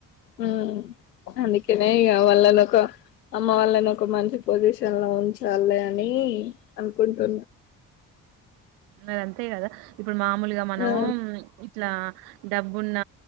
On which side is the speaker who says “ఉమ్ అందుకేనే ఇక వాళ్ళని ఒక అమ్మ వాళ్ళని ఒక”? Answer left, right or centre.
Left